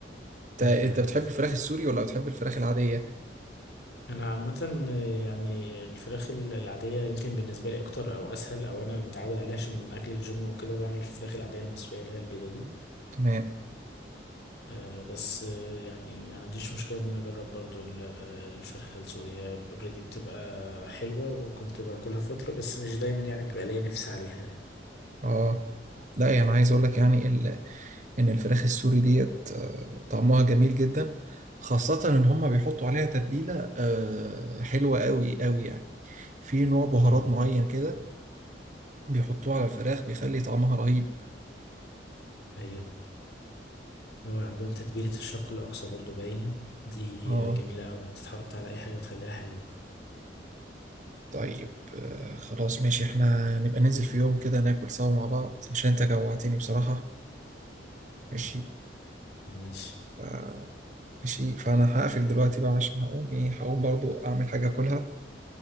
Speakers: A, on the right; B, on the left.
A: أنت
B: آه،
A: أنت بتحب الفراخ السوري ولا بتحب الفراخ العادية؟
B: انا عامة آه، يعني الفراخ ال- العادية يمكن بالنسبة لي اكتر او اسهل او انا متعود عليها عشان اكل الجيم وكده بعمل الفراخ العادية المصرية اللي هي البيضة دي
A: تمام
B: آه، بس آه، يعني ما عنديش مشكلة ان انا اجرب برضو ال- الفرخة السورية اوريدي بتبقى حلوة وكنت باكلها فترة بس مش دايما يعني بيبقى ليا نفسي عليها
A: اه لا يعني عايز اقول لك يعني ال... ان الفراخ السوري ديت آه، طعمها جميل جدا خاصة ان هم بيحطوا عليها تتبيلة آه، حلوة قوي قوي يعني في نوع بهارات
B: يعني
A: معين كده بيحطوه على الفراخ بيخلي طعمها رهيب
B: ايوه هو عندهم تتبيلة الشرق الأقصى برضو باين دي
A: اه
B: جميلة قوي بتتحط على أي حاجة وتخليها حلوة
A: طيب آه، خلاص ماشي احنا نبقى ننزل في يوم كده ناكل سوا مع بعض عشان انت جوعتني بصراحة ماشي
B: <laughs> ماشي
A: ف... ماشي فانا هقفل دلوقتي بقى عشان هقوم ايه هقوم برضو اعمل حاجة اكلها